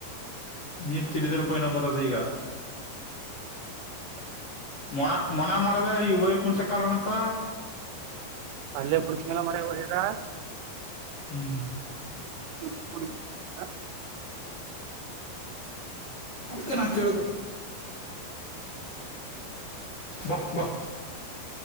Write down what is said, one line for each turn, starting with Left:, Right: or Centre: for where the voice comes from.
Left: ನೀರ್ ತಿರಿದ್ರೆ ಪಯನ ಬರದು ಈಗ
Right: <unintelligible>
Left: ಮೊಣ ಮನ ಮಾಡ್ರ ಈ ವೈರ್ ಕುಣಸ ಕಾಲೋನಂತ
Right: ಅಲ್ಲೇ ಪಚ್ತಂಗಲ್ಲ ಮನೇಗಾ ಹೋಗಿದ್ದ
Left: ಹ್ಮ್
Right: <unintelligible>
Left: ಅದಕ್ಕೆ ನಾ ಕೇಳುದು ಬಾ ಬಾ